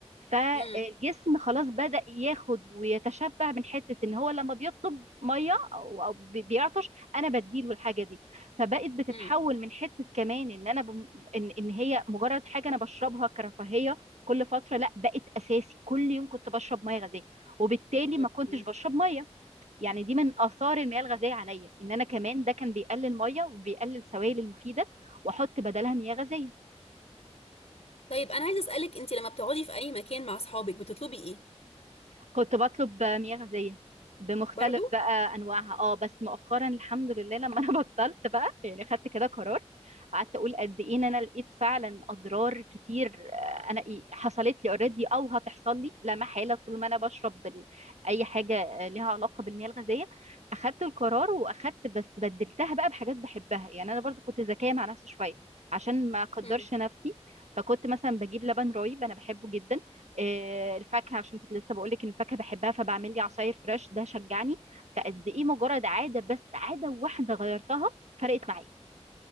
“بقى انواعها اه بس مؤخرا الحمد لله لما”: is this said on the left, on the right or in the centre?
Right